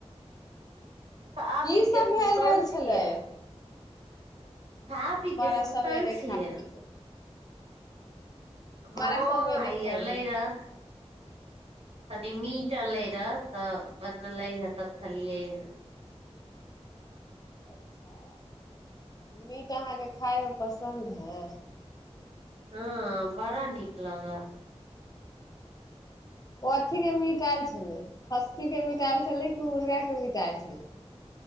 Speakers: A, on the right; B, on the left.
A: खा
B: की
A: पी
B: सब
A: के सुतल
B: भेल रहल
A: छियै
B: छलै
A: खा पी
B: बड़ा
A: के सुतल
B: सवेरे
A: छियै
B: खाय
A: ह
B: बड़ा सवेरे
A: अइ
B: खैली
A: एल ई रह कनी मीट अलै रहए तऽ बनलै हे तऽ खलियै हे
B: अच्छा मीट अहाँके खाायमे पसन्द है
A: हँ बड़ा नीकलग
B: ओ अथी के मिटायल छलै खस्सी के मिटायल छलै कि मुर्गा के मिटायल छलै